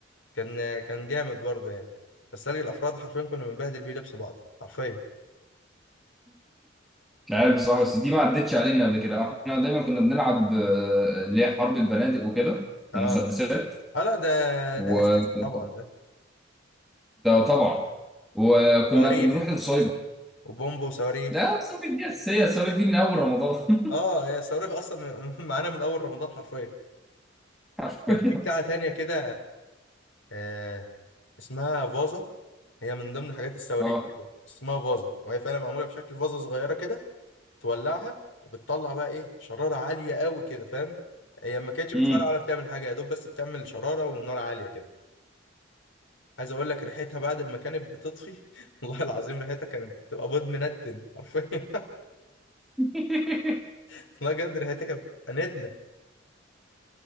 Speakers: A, on the left; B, in the centre.
A: كان آه، كان جامد برضه يعني بس تلج الافراد حرفيا كنا بنبهدل بيه لبس بعض حرفيا
B: مش عارف بصراحه بس دي ما عدتش علينا قبل كده احنا دايما كنا بنلعب آه، اللي هي حرب البنادق وكده
A: اه
B: ومسدسات
A: اه لا ده
B: وده
A: ده اساسي طبعا ده
B: طبعا وكنا
A: وصواريخ
B: بنروح السايبر
A: وبومب وصواريخ
B: ده ثوابت دي أساسية الثوابت دي من أول رمضان <laughs>
A: اه هي الصواريخ اصلا م- <laughs> معانا من اول رمضان حرفيا
B: حرفيا
A: كان في بتاعه تانية كده آه اسمها فازا هي من ضمن حاجات الصواريخ
B: أه
A: كده اسمها فازة وهي فعلا معمولة بشكل فازة صغيرة كده تولعها وبتطلع بقى ايه شرارة عالية قوي كده فاهم هي ما كانتش بتفرقع
B: أمم.
A: ولا بتعمل حاجة يا دوب بس بتعمل شرارة ونار عالية كده عايز اقول لك ريحتها بعد ما كانت بتطفي <laughs> والله العظيم ريحتها كانت بتبقى بيض منتن حرفيا
B: <laughs>
A: <laughs> والله بجد ريحتها كانت بتنتنة